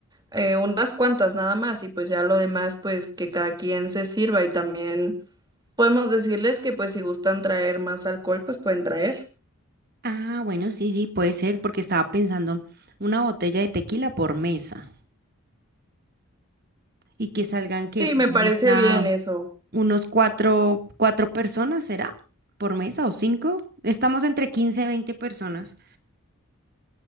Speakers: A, on the right (about 20°); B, on the right (about 45°).
A: eh, unas cuantas nada más y pues ya lo demás pues que cada quien se sirva y también podemos decirles que pues si gustan traer más alcohol pues pueden traer.
B: Ah, bueno, sí, sí, puede ser, porque estaba pensando una botella de tequila por mesa. Y que salgan que
A: Sí,
B: Por
A: me
B: mesa,
A: parece bien eso.
B: unos cuatro, cuatro personas, ¿será? ¿Por mesa o cinco? Estamos entre 15 y 20 personas.